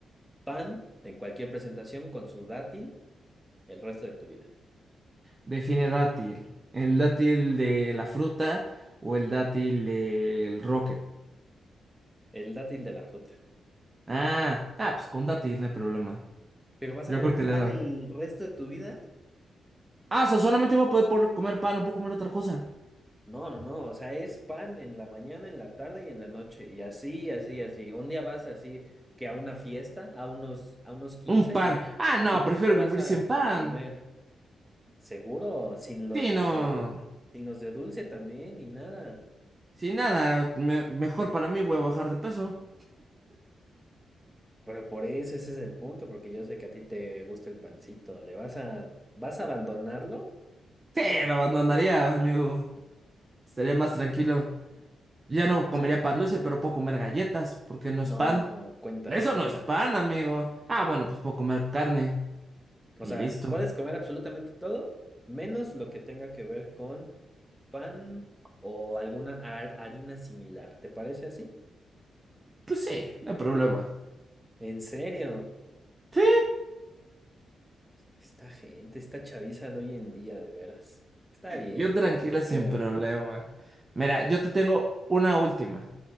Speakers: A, in the centre; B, on the right (about 20°).
A: pan en cualquier presentación con su dátil el resto de tu vida,
B: define dátil. ¿El dátil de la fruta o el dátil del rocket?
A: el dátil de la fruta.
B: Ah, ah, pues con dátil no hay problema.
A: Pero vas
B: Yo
A: a comer
B: creo que le
A: pan
B: dan.
A: el resto de tu vida.
B: Ah, o sea, solamente voy a poder por- comer pan, no puedo comer otra cosa.
A: No, no, no, o sea, es pan en la mañana, en la tarde y en la noche, y así, así, así. Un día vas así que a una fiesta, a unos, a unos 15
B: Un pan.
A: y,
B: Ah, no,
A: ¿y
B: prefiero
A: tú qué vas
B: vivir
A: a,
B: sin pan.
A: a comer? Seguro, sin los
B: Sí, no.
A: de, sin los de dulce también, ni nada.
B: Sin nada, me- mejor para mí voy a bajar de peso.
A: Pero por eso ese es el punto, porque yo sé que a ti te gusta el pancito. ¿Le vas a, vas a abandonarlo?
B: Sí, lo abandonaría, amigo. Estaría más tranquilo. Ya no comería
A: Sí.
B: pan dulce, pero puedo comer galletas, porque no
A: No,
B: es pan.
A: no, no, cuenta,
B: Eso
A: cuenta.
B: no es pan, amigo. Ah, bueno, pues puedo comer carne
A: O
B: y
A: sea,
B: listo.
A: puedes comer absolutamente todo, menos lo que tenga que ver con pan o alguna har- harina similar. ¿Te parece así?
B: Pues sí, no hay problema.
A: ¿En serio?
B: Sí,
A: Esta gente, esta chaviza de hoy en día, de veras. Está bien,
B: Yo tranquila
A: pues, te
B: sin
A: creo.
B: problema. Mira, yo te tengo una última.